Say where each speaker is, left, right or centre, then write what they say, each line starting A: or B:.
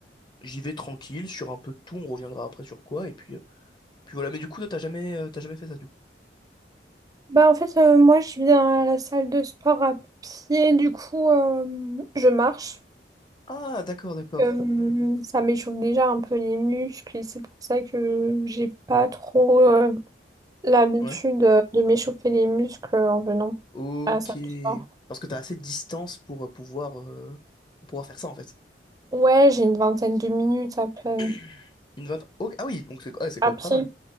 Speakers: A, on the left; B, on the right.
A: j'y vais tranquille, sur un peu de tout, on reviendra après sur quoi, et puis, euh, puis voilà. Mais du coup, toi, t'as jamais, euh, t'as jamais fait ça, du coup.
B: Bah, en fait, euh, moi, je viens à la salle de sport à pied. Du coup, euh, je marche.
A: Ah, d'accord, d'accord.
B: Euh, ça m'échauffe déjà un peu les muscles. et C'est pour ça que j'ai pas trop euh, l'habitude
A: Ouais.
B: euh, de m'échauffer les muscles euh, en venant
A: Ok.
B: à la salle de sport.
A: Parce que t'as assez de distance pour euh, pouvoir, euh, pour pouvoir faire ça, en fait.
B: Ouais, j'ai une vingtaine de minutes à peine.
A: <clears throat> Une vingt... ok, Ah oui, donc c'est ouais, c'est quand
B: À
A: même
B: pied,
A: pas mal.